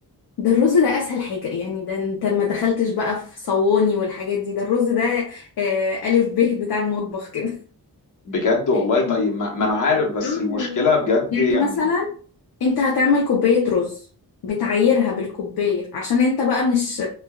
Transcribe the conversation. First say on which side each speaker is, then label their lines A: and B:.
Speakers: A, on the left; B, on the left.
A: ده الرز ده اسهل حاجة يعني ده انت ما دخلتش بقى في صواني والحاجات دي ده الرز ده آه الف ب بتاع المطبخ كده
B: بجد والله
A: <laughs>
B: طيب ما, ما أنا عارف بس
A: اه
B: المشكلة
A: والله
B: بجد
A: يعني
B: يعني
A: مثلا انت هتعمل كوباية رز بتعايرها بالكوباية عشان انت بقى مش